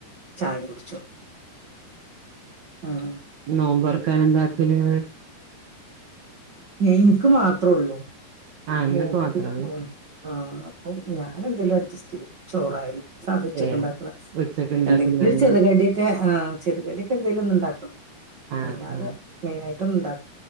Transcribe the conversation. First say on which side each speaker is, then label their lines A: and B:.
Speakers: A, on the right (about 85°); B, on the right (about 60°).
A: ചായ കുടിച്ചു ഉം
B: നോമ്പർക്കാന എന്താക്കല്
A: എനിക്ക് മാത്രേ ഉള്ളൂ
B: ആഹ് ഇങ്ങക്ക്
A: മോക്ക്
B: മാത്രേ ഉള്ളൂ
A: ആഹ് അപ്പൊ ഞാൻ അതെന്തേലും അഡ്ജസ്റ്റ് ചെയ്യും ചോറായാലും <unintelligible> വച്ചൊക്കെ
B: ഏ
A: ഉണ്ടാക്കണം
B: ഉച്ചക്ക് ഉണ്ടാക്കുന്നന്നെ
A: എന്തെങ്കിലും ഒരു ചെറുകടിയൊക്കെ ആ ചെറുകടിയൊക്കെ എന്തെങ്കലും ഒന്നു ഉണ്ടാക്കണം
B: ആഹ്
A: അല്ലാതെ
B: ആഹ്
A: മെയിനായിട്ടൊന്നും ഇണ്ടാക്ക